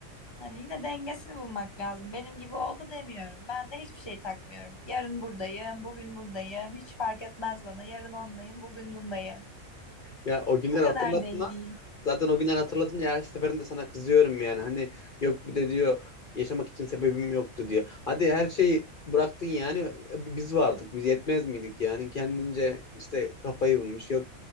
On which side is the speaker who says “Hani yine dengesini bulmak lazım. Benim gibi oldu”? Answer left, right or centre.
Left